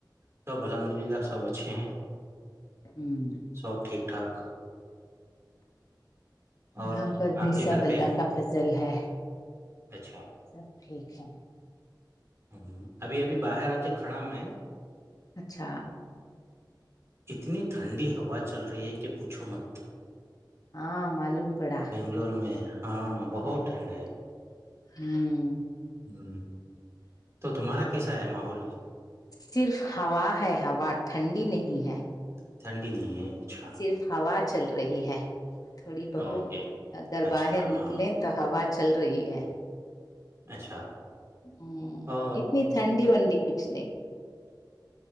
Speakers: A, on the right; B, on the left.
A: سب الحمد للہ سب اچھے ہیں
B: ہوں
A: سب ٹھیک ٹھاک اور
B: یہاں پر بھی
A: آپ کے
B: سب
A: گھر پہ
B: اللہ کا فضل ہے
A: اچھا
B: سب ٹھیک ہے
A: ہ ابھی ابھی باہر آ کے کھڑا میں
B: اچھا
A: اتنی ٹھنڈی ہوا چل رہی ہے کہ پوچھو مت
B: ہاں معلوم پڑا
A: بنگلور میں ہاں
B: ہ
A: بہت ٹھنڈ ہے
B: ہوں
A: ہ تو تمہارا کیسا ہے ماحول
B: صرف ہوا ہے ہوا ٹھنڈی نہیں ہے
A: ٹھنڈی نہیں ہے اچھا
B: صرف ہوا چل رہی ہے تھوڑی بہت
A: اوکے
B: اگر
A: اچھا
B: باہر
A: ہاں
B: نکلیں تو ہوا چل رہی ہے
A: اچھا
B: ہوں
A: او
B: اتنی ٹھنڈی ونڈی کچھ نہیں